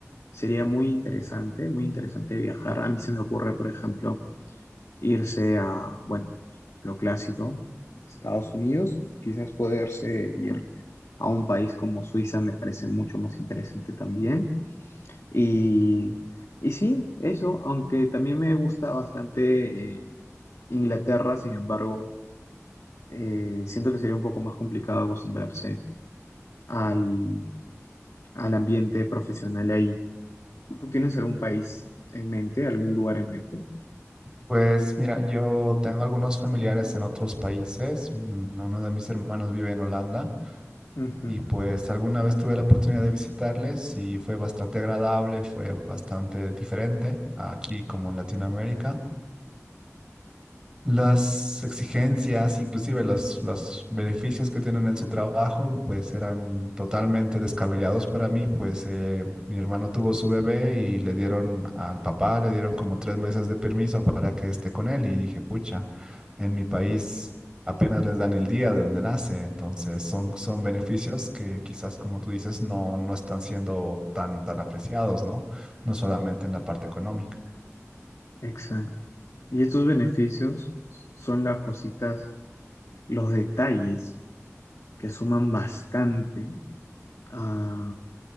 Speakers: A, on the left (about 85°); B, on the right (about 15°).
A: Sería muy interesante, muy interesante viajar. A mí se me ocurre, por ejemplo, irse a, bueno, lo clásico, Estados Unidos, quizás poderse ir a un país como Suiza me parece mucho más interesante también. Y, y sí, eso, aunque también me gusta bastante eh, Inglaterra, sin embargo, eh, siento que sería un poco más complicado acostumbrarse al, al ambiente profesional ahí. ¿Tú tienes algún país en mente, algún lugar en mente?
B: Pues mira, yo tengo algunos familiares en otros países. Mm, Uno de mis hermanos vive en Holanda
A: Ujú,
B: y pues alguna vez tuve la oportunidad de visitarles y fue bastante agradable, fue bastante diferente aquí como en Latinoamérica. Las exigencias, inclusive los, los beneficios que tienen en su trabajo, pues eran totalmente descabellados para mí, pues eh, mi hermano tuvo su bebé y le dieron al papá, le dieron como tres meses de permiso para que esté con él y dije, pucha, en mi país apenas les dan el día de donde nace, entonces son, son beneficios que quizás, como tú dices, no, no están siendo tan, tan apreciados, ¿no? No solamente en la parte económica.
A: Exacto. Y estos beneficios son las cositas, los detalles que suman bastante a,